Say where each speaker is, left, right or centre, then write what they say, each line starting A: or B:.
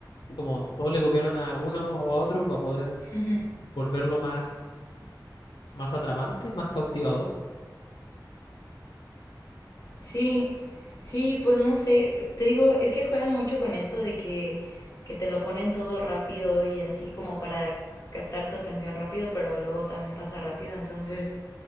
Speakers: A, on the left; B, on the left.
A: como todos le copiaron a uno o a otro para poder
B: Ujú.
A: volverlo más. más atrapante, más cautivador.
B: Sí, sí, pues no sé, te digo, es que juegan mucho con esto de que, que te lo ponen todo rápido y así como para captar tu atención rápido, pero luego también pasa rápido, entonces,